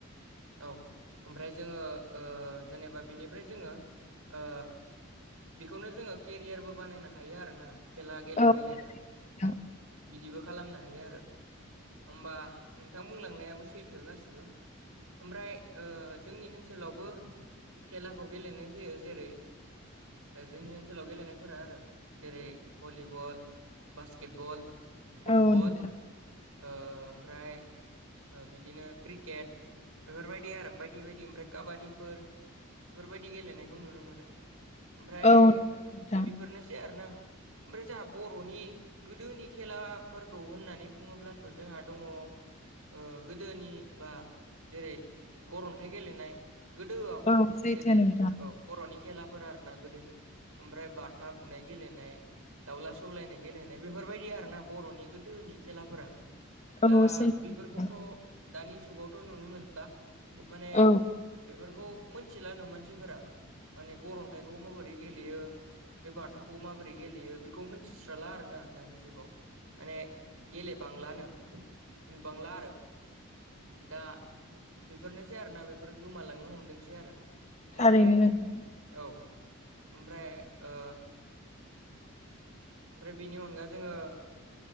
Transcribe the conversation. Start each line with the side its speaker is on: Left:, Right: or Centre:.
Right: औ ओमफ्राय जोङो ओ जेनेबा बिनिफ्राय जोङो ओ बेखौनो जोङो केरियारबो बानायनो हायो आरोना। खेला गेले
Left: औ
Right: गेलेनो
Left: नोंथां
Right: बिदिबो खालामनो हायो आरो होमबा नोंथां बुंलांनायाबो सैथो गासिबो। ओमफ्राय ओ जोंनि ओनसोलावबो खेलाखौ गेलेनाय जायो जेरै जोंनि ओनसोलाव गेलेनायफोरा आरो जेरै भलिबल बास्केटबल फुटबल
Left: औ नोंथां
Right: ओ ओमफ्राय ओ बिदिनो क्रिकेट बेफोरबायदि आरो बायदि बायदि ओमफ्राय काबादिफोर बेफोरबायदि गेलेनायखौ नुनो मोनो ओमफ्राय
Left: औ नोंथां
Right: बेफोरनोसै आरोना ओमफ्राय जोंहा बर'नि गोदोनि खेलाफोरखौ होननानै बुङोब्लाथ' जोंहा दङ ओ गोदोनि बा जेरै गर अन्थाइ गेलेनाय गोदोआव
Left: औ सैथो
Right: जेरै
Left: नोंथां
Right: औ बर'नि खेलाफोर आरो ना गोदोनि ओमफ्राय बाथा बुनाय गेलेनाय दाउला सौलायनाय गेलेनाय बेफोरबायदि आरोना बर'नि गोदोनि खेलाफोरा
Left: औ
Right: दा
Left: सैथो
Right: बेफोरखौथ'
Left: नोंथां
Right: दानि जुगावथ' नुनो मोनला माने
Left: औ
Right: बेफोरखौ मोनथिला नो मानसिफोरा माने गर अन्थाइखौ माबोरै गेलेयो बे बाथाखौ माबोरै गेलेयो बेखौ मिथिस्राला आरोना दानि जुगाव माने गेले बांलानो नुबांला आरो दा बेफोरनोसै आरोना बेफोरो गोमालांनो हमदोंसै आरो ओमफाय
Left: थारैनो नोंथां
Right: औ ओमफ्राय ओ ओमफ्राय बिनि अनगा जोङो